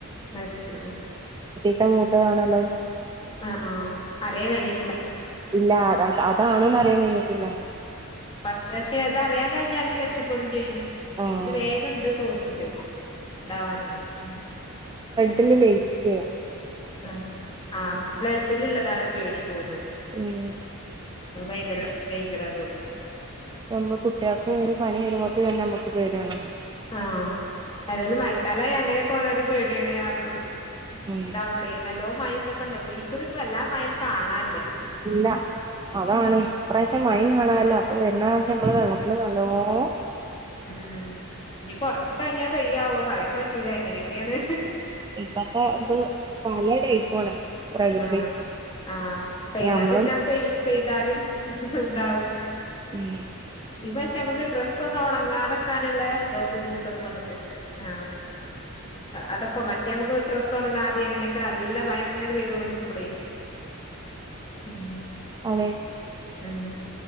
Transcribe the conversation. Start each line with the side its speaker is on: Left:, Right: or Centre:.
Left: മര്ച്ച്ണ്
Right: ന്റെ മൂത്തതാണല്ലോ
Left: ആ ആ അറിയാൻ കഴിഞ്
Right: ഇല്ല അത അതാണ്ന്നറിയാൻ കൈഞ്ഞിട്ടില്ല
Left: പ പക്ഷെ അതറിയാൻ കഴിഞ്ഞാല് രക്ഷപ്പെടും ചെയ്യും പക്ഷെ
Right: ആഹ്
Left: ഇത് വേഗം ണ്ട് തോന്ന് ണ്ട് ണ്ടാവാനേ ഉം
Right: തില് ലൈക്കെ
Left: ആ ആ ബ്ലഡ് ഡില്ള്ളതാണ് പേടി തോന്ന്ണ്ട്
Right: ഉം
Left: ഭയങ്കര ഡൈഞ്ചറാ തോന്ന്ണ്ട്
Right: നമ്മ കുട്ട്യാൾക്ക് ഒരു പനി വരുമ്പോത്തിനെന്നെ മ്മക്ക് പേട്യാണ്ലോ
Left: ആഹ് ഏത്യാലും മയക്കാലായി അങ്ങനെക്കൊരോരോ പേടിയാണ് അ അ
Right: ഉം
Left: ഡബിൾ നല്ലോം മയി തൊക്കെണ്ടപ്പൊ ഇക്കുറി പ്പ വല്ലാ മഴണ്ട് കാണാ
Right: ല്ല അതാണ് പ്രാശ്യം മയിം കാണാല്ല അപ്പൊ വേ ന്നാ നമ്മളെ വെള്ളത്തില് നല്ലോം
Left: ഉം ഉം ഞ് കൊർച്ച് കഴിഞ്ഞാ പെയ്യാവോ പറിയാൻ പറ്റൂല എങ്ങനെക്കെണ്
Right: ഇപ്പത്തെ ത് പല ടൈപ്പുഅണ് പ്രകൃതി
Left: ആഹ് ആഹ് പെയ്യാൻ
Right: ഞമ്മളും
Left: തിര്ഞാൽ പെയ് പെയ്താലും ന്താവും
Right: ഉം
Left: ഈ പക്ഷെ മ്മക്ക് ഡ്രസ്സൊന്നും ഉണങ്ങാതെക്കാന്ള്ള ബുദ്ധിമുട്ടൊന്നും വന്നിട്ടില്ല. ആഹ് അതൊക്കെ മറ്റേ മ്മക്ക് ഡ്രസ്സ് ഉണങ്ങാതെ അങ്ങനൊക്കെ നല്ല മയങ്ങനെ പെയ്തോണ്ട്ക്കും മ്പളേ ഉം
Right: അതെ
Left: എഹ്